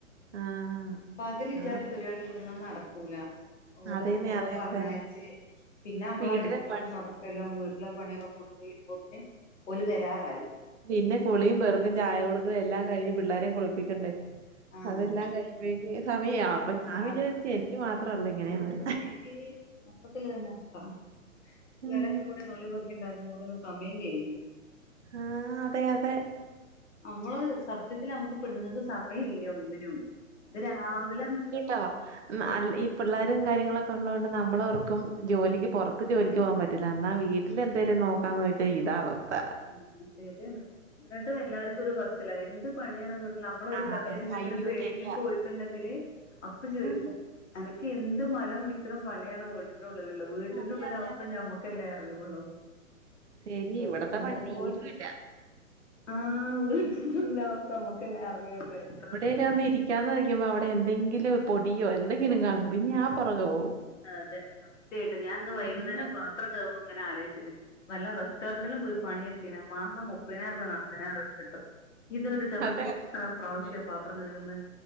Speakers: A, on the right (about 55°); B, on the left (about 55°).
A: ആഹ്
B: പകല് ഇജാതി
A: ആഹ്
B: പരിപാടികൾ ഒന്നും നടക്കൂല ഓരോ
A: അതേന്നെ
B: സ്കൂളിലും
A: അതെ
B: പറഞായച്
A: അതെ
B: പിന്നെ നമ്മള
A: വീട്ടിലെ
B: അടിക്കലും
A: പണി
B: തോട ക്കലും വീട്ടിലെ പണിയൊക്കെ കൂടെ കഴിയുമ്പോത്തിന് ഓല് വരാറായി
A: പിന്നെ കുളിയും പേർക്കും ചായ കൊടുക്കേ എല്ലാം കഴിഞ്ഞ് പിള്ളോരെ കുളിപ്പിക്കണ്ടേ
B: ആഹ്
A: അതെല്ലാം കഴിയുമ്പോഴേക്ക് സമയവും അപ്പൊ ഞാൻ വിചാരിച്ചു
B: അതെ
A: എനിക്ക് മാത്രള്ളൂ ഇങ്ങനെയന്ന്
B: ഈ മൊത്തത്തില് ഇത്തന്നെ അവസ്ഥ <unintelligible>
A: ഉം
B: <unintelligible> സമയം കഴിഞ്ഞു
A: ആഹ് അതെ അതെ
B: നമ്മള് സത്യത്തില് നമ്മുക്ക് പെണ്ണുങ്ങൾക്ക് സമയം ഇല്ല ഒന്നിനും ഇത് രാവിലെന്നെ
A: ട്ടോ അ ഈ പിള്ളേരും കാര്യങ്ങളൊക്കെ ഉള്ളൊണ്ട് നമ്മളോർക്കും ജോലിക്ക് പുറത്ത് ജോലിക്ക് പോകാൻ പറ്റ ല്ലാന്ന എന്നാ വീട്ടില് എന്തേലും നോക്കാന്ന് വെച്ചാൽ ഇതാ അവസ്ഥ
B: ഉഹ് ശരിയെന്ന് എന്നിട്ട് എല്ലാർക്കും ഒരു പറച്ചിലാ എന്ത് പണിയാണ് നമ്മള ഒരു
A: ആഹ്
B: കാര്യം
A: അതെ അതെ
B: എന്തെങ്കിലും
A: അയ്യോ
B: വൈകി
A: ശരിയാ
B: പോയിട്ടുണ്ടെങ്കില് അപ്പൊ ചോയിക്കും
A: ആ,
B: അനക്ക് എന്ത് മലമണിക്കണ പണിയാണ് വീട്ടിനുള്ളിലുള്ളത് വീട്ടിന്റെ
A: അതെ
B: ഉള്ളില
A: അതെ
B: അവസ്ഥ
A: അതെ
B: ഞമ്മുക്കല്ലേ അറിയുള്ളൂ
A: ശരി ഇവിടത്തെ
B: എന്തോര്
A: പണി തീരുല്ല
B: ആഹ് വീട്ടിലുള്ള അവസ്ഥ നമ്മുക്കല്ലേ അറിയു എത്ര
A: ഒന്നിരി ഇരിക്കാനുവയ്ക്കുമ്പോൾ അവിടെ എന്തെങ്കിലും പൊടിയോ എന്തെങ്കിലും കാണും പിന്നെ ആ പുറകെ പോകും.
B: അതെ സത്യമായിട്ട് ഞാൻ ഇന്ന് വൈകുന്നേരം
A: അങ്ങനെ
B: പാത്രം കഴുകുമ്പ അങ്ങനെ ആലോയിച്ചത് വല്ല റെസ്റ്റോററ്റിലും പോയി പണിയെടു പിന്നെ മാസം മുപ്പതിനായിരം രൂപ നാപ്പതിനായിരം രൂപ കിട്ടും ഇതൊരു ദിവസം
A: അതെ
B: എത്ര പ്രാവശ്യ പാത്രം കഴുകുന്നത്